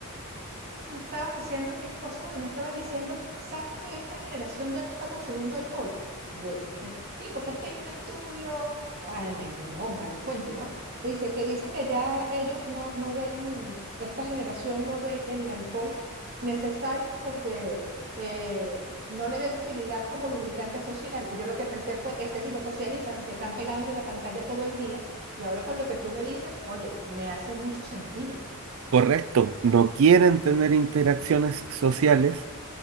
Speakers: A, on the right (about 50°); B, on the right (about 70°).
A: eso me lo estaba diciendo mi esposo y me estaba diciendo, ¿sabes que esta generación ya no está consumiendo alcohol? Yo, "Ok". Sí, porque es que hay un estudio, ay, me, me nombra la fuente, ¿no? Dice que dice que ya ellos no, no ven, esta generación no ve el alcohol necesario porque eh, no le ven utilidad como lubricante social. Y yo lo que pensé fue, es que si no socializan, si están pegados de la pantalla todo el día, y ahora con lo que tú me dices, oye, me hace mucho sentido.
B: Correcto, no quieren tener interacciones sociales,